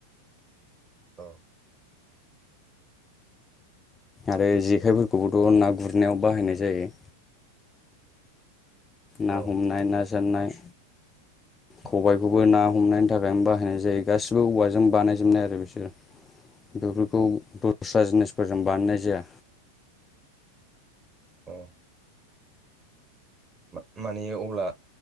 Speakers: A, on the right (about 20°); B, on the left (about 20°).
A: औ
B: आरो जेखायफोरखौबोथ' ना गुरनायाव बाहायनाय जायो। ना
A: औ
B: हमनाय ना सारनाय
A: <inaudible>
B: खबायखौबो ना हमनायनि थाखायनो बाहायनाय जायो गासिबो औवाजों बानायजोबनाय आरो बिसोर। बेफोरखौ दस्रा जिनिसफोरजों बानायनाय जाया।
A: <inaudible> औ मा-माने अब्ला